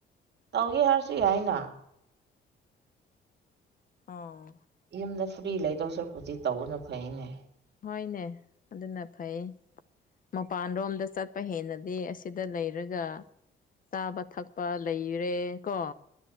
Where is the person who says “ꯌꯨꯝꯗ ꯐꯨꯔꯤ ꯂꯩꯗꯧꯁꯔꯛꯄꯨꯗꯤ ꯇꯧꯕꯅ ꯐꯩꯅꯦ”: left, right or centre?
Right